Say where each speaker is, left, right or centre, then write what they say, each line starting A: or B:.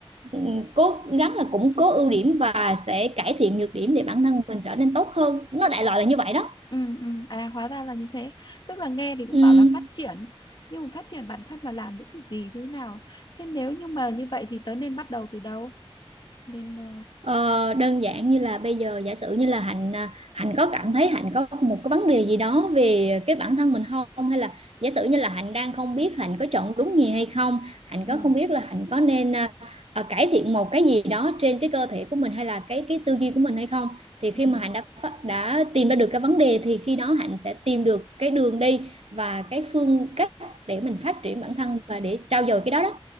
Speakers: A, on the right; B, on the left.
A: ừ, cố gắng là củng cố ưu điểm và sẽ cải thiện nhược điểm để bản thân mình trở nên tốt hơn nó đại loại là như vậy đó
B: ừ, ừ. à hóa ra là như thế tức là nghe thì cũng
A: ừ.
B: bảo là phát triển nhưng mà phát triển bản thân là làm những cái gì như thế nào thế nếu như mà như vậy thì tớ nên bắt đầu từ đâu nên ờ,
A: Ờ, đơn giản như là bây giờ giả sử như là Hạnh à, Hạnh có cảm thấy Hạnh có một cái vấn đề gì đó về cái bản thân mình không hay là giả sử như là Hạnh đang không biết Hạnh có chọn đúng nghề hay không Hạnh
B: ừ
A: có không biết là Hạnh có nên à, à, cải thiện một cái gì đó trên cái cơ thể của mình hay là cái cái tư duy của mình hay không thì khi
B: ừ
A: mà Hạnh đã phát- đã tìm ra được cái vấn đề thì khi đó Hạnh sẽ tìm được cái đường đi và cái phương cách để mình phát triển bản thân và để trau dồi cái đó đó